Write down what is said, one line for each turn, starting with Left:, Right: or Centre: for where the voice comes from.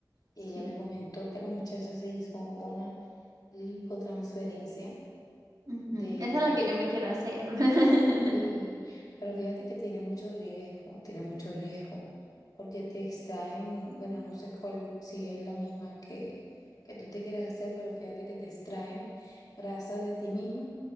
Left: Ella
Right: Sí.
Left: me comentó que la muchacha se hizo una lipotransferencia
Right: Ujú,
Left: de
Right: Esa es la que yo me quiero hacer. <laughs>
Left: Sí, pero fíjate que tiene mucho riesgo, tiene mucho riesgo, porque te extraen, bueno, no sé cuál, si es la misma que, que tú te quieres hacer, pero fíjate que te extraen grasa de ti misma